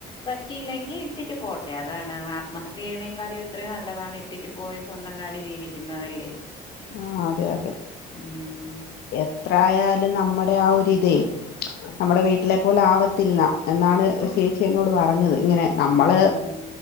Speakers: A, on the left (about 30°); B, on the left (about 70°).
A: പറ്റിയില്ലെങ്കി ഇട്ടിട്ട് പോട്ടെ അതാണ് ആത്മഹത്യ ചെയ്യണേക്കാളും എത്രയൊ നല്ലതാണ് ഇട്ടിട്ട് പോയി സ്വന്തം കാലിൽ ജീവിക്കുന്നതല്ലേ
B: ആ അതെ അതെ
A: ഉം
B: എത എത്രായാലും നമ്മുടെ ആ ഒരിതേ നമ്മടെ വീട്ടിലെ പോലെ ആവത്തില്ല എന്നാള്
A: ആഹ്
B: ചേച്ചി എന്നോട് പറഞ്ഞത് ഇങ്ങനെ നമ്മള്
A: ഉം ഉം